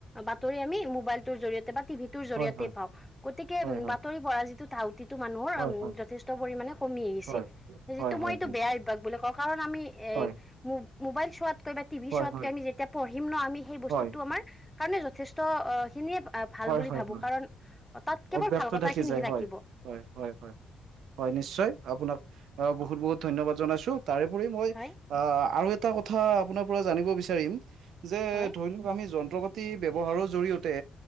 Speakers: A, in the centre; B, on the right (about 80°).
A: বাতৰি আমি মোবাইল টোৰ জৰিয়তে- বা টিভি তৰ জৰিয়তে
B: হয়, হয়, হয়,
A: পাওঁ গতিকে
B: হয়,
A: উ
B: হয়।
A: বাতৰি পঢ়া যিটো ধাউতি - যিটো মানুহৰ
B: হয়
A: উম যথেষ্ট পৰিমাণে কমি আহিছে
B: হয়
A: যিটো
B: হয়
A: মই
B: হয়
A: এইটো
B: হয়
A: বেয়া অভ্যাস বুলি কওঁ কাৰণ- আমি এই
B: হয়
A: মোবাইল চোৱা। কৈ বা টিভি
B: হয়
A: চোৱাতকৈ
B: হয়
A: আমি যেতিয়া পঢ়িম ন আমি সেই বস্তুতটো
B: হয়
A: আমাৰ কাৰণে যথেষ্ট অ খিনিয়ে অ ভাল
B: হয়
A: বুলি
B: হয়
A: ভাবো
B: হয়
A: কাৰণ তাত কেৱল
B: অভ্যাসটো
A: ভাল কথা
B: থাকি
A: খিনিহে
B: হয়
A: থাকিব
B: হয় হয় হয় নিশ্চয় আপোনাক বহুত বহুত ধন্যবাদ জনাইছো তাৰেপৰি মই
A: হয়
B: আহ আৰু এটা কথা আপোনাৰ পৰা জানিব বিচাৰিম। যে
A: হয়
B: ধৰি লওক আমি যন্ত্ৰ পাতি ব্যৱহাৰৰ জৰিয়তে